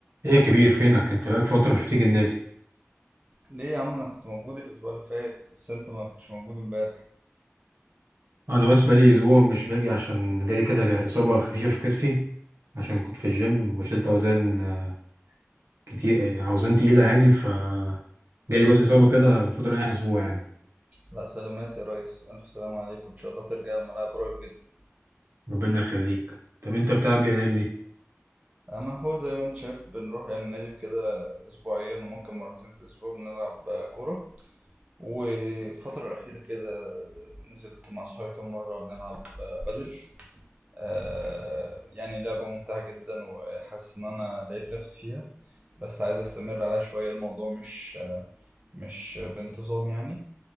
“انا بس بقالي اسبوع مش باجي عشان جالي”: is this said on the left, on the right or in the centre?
Right